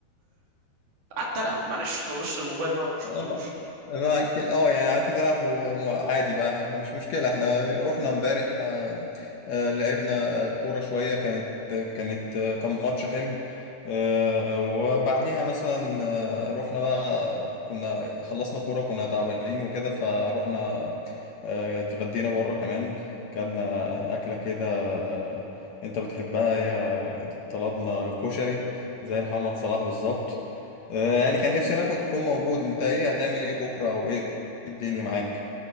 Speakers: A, on the right (about 50°); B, on the left (about 60°).
A: قعدت العب معلش طنشت الموبايل ما شفتوش
B: أما انا ك- اه يعني قعدت تلعب و- وعادي بقى مش مشكله احنا رحنا امبارح آه، آه، لعبنا آه، كوره شويه كانت كانت آه، كان ماتش حلو آه، وبعديها مثلا آه، رحنا بقى كنا خلصنا كوره كنا تعبانين وكده فروحنا آه، اتغدينا بره كمان كلنا اكله كده آه، انت بتحبها يا طلبنا كشري زي محمد صلاح بالظبط آه، يعني كان نفسي انا كنت تكون موجود انت ايه هتعمل ايه بكره او ايه الدنيا معاك